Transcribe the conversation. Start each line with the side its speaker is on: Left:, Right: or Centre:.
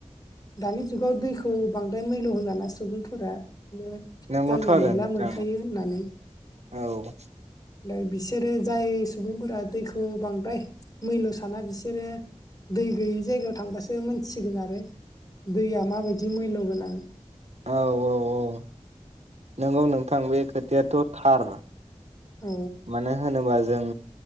Left: दानि जुगाव दैखौ बांद्राय मैल' होोलाना सुबुंफोरा बिदिनो
Right: नंगौथ'
Left: जानला
Right: आरो
Left: मेनला
Right: नोंथां
Left: मोनखायो होननानै
Right: औ औ
Left: दय बिसोरो जाय सुबुंफोरा दैखौ बांद्राय मैल' साना बिसोरो दै गैयि जायगायाव थांबासो मोनथिगोन आरो दैया माबायदि मैल्ल गोनां
Right: औ-औ-औ नंगौ नोंथां बे खोथायाथ' थार
Left: औ
Right: मानो होनोबा जों